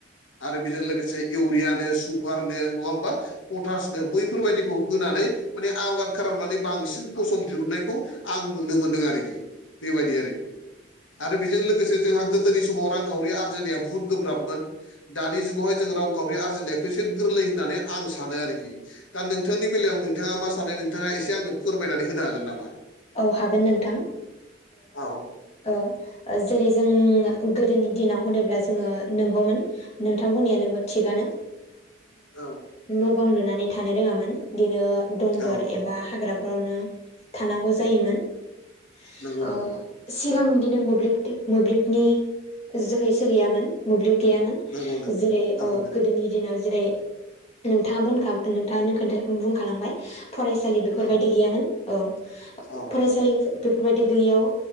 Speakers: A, on the left; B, on the left.
A: आरो बेजों लोगोसे इउरियानो सुफारनो नङा होमबा पटासनो बैफोरबायदिखौ होनानै माने आबाद खालामनानै बांसिन फसल दिहुननायखौ आं नुनो मोन <inaudible> दों आरोखि बेबायदि आरोखि आरो बेजों लोगोसे जोंहा गोदोनि समाव रांखावरि आरजिनाया बुहुद गोब्राबमोन दानि जुगावहाय जों रांखावरि आरजिनायखौ एसे गोरलै होननानै आं सानो आरोखि दा नोंथांनि बेलायाव नोंथाङा मा सानो नोंथाङा एसे आंनो फोरमायनानै होनो हागोन नामा?
B: औ हागोन नोंथां
A: औ
B: औ जेरै जों नोंथां बुंनाया
A: औ
B: नोंगौ बिदिनो
A: औ औ
B: <unintelligible>
A: नंगौ नंगौ
B: सिगां बिदिनो मोब्लिब मोब्लिबनि जोहै सोलियामोन
A: नंगौ नंगौ
B: जेरै
A: नंगौ
B: ओ
A: नंगौ
B: गोदोनि दिनाव जेरै नोंथाङा <unintelligible> खोनथा बुंखालांबाय फरायसालि बेफोरबायदि
A: औ
B: गैयामोन औ
A: औ
B: फरायसालि <unintelligible> बेफोरबायदि गैयैयाव